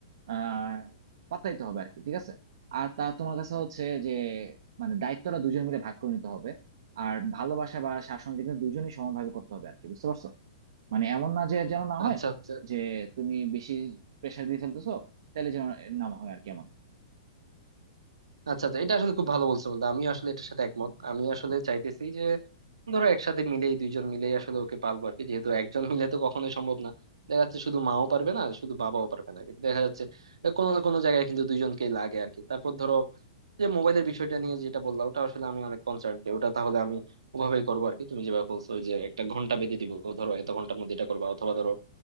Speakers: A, on the right; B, on the right.
A: আহ পাত্তা দিতে হবে আর কি ঠিক আছে আর তা তোমার কাছে হচ্ছে যে মানে দায়িত্বটা দুজন মিলে ভাগ করে নিতে হবে আর ভালোবাসা বা শাসন এটা কিন্তু দুজনই সমানভাবে করতে হবে আর কি বুঝতে পারছো মানে এমন না যে যেন না হয়
B: আচ্ছা আচ্ছা
A: যে তুমি বেশি প্রেশার দিয়ে ফেলতেছো তাহলে যেন না হয় আর কি এমন
B: আচ্ছা আচ্ছা এটা আসলে খুব ভালো বলছো বন্ধু আমি আসলে এটার সাথে একমত আমি আসলে চাইতেছি যে ধরো একসাথে মিলেই দুইজন মিলেই আসলে ওকে পালবো আর কি যেহেতু একজন মিলে তো কখনোই সম্ভব না দেখা যাচ্ছে শুধু মাও পারবে না শুধু বাবাও পারবে না কিন্তু দেখা যাচ্ছে কোনো না কোনো জায়গায় কিন্তু দুইজনকেই লাগে আর কি তারপর ধরো যে মোবাইলের বিষয়টা নিয়ে যেটা বললাম ওটা আসলে আমি অনেক কনসার্ন ওটা তাহলে আমি ওভাবেই করবো আর কি তুমি যেভাবে বলছো ওই যে একটা ঘন্টা বেঁধে দিব ধরো এত ঘন্টার মধ্যে এটা করবা অথবা ধরো